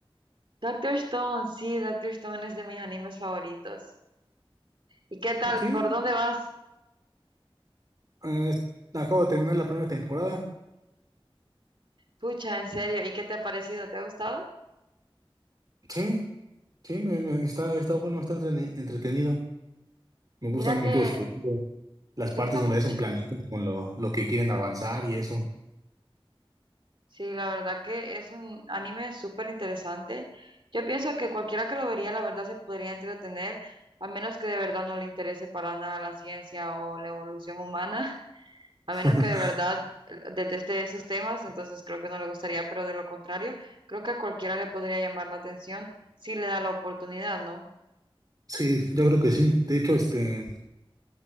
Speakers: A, on the right; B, on the right.
A: Doctor Stone, sí, Doctor Stone es de mis animes favoritos. ¿Y qué tal?
B: Sí.
A: ¿Por dónde vas?
B: Ah, es- acabo de terminar la primera temporada.
A: Pucha, en serio, ¿y qué te ha parecido? ¿Te ha gustado?
B: Sí, sí, me, me- está, está bueno, está entrene- entretenido. Me gustan
A: Mira
B: mucho,
A: que
B: sobre todo, las partes
A: te gusta
B: donde
A: mucho.
B: hacen planitos con lo, lo que quieren avanzar y eso.
A: Sí, la verdad que es un anime súper interesante. Yo pienso que cualquiera que lo vería, la verdad, se podría entretener, a menos que de verdad no le interese para nada la ciencia o la evolución humana. A menos
B: <laughs>
A: que de verdad eh, deteste esos temas, entonces creo que no le gustaría, pero de lo contrario, creo que a cualquiera le podría llamar la atención si le da la oportunidad, ¿no?
B: Sí, yo creo que sí. De hecho, este,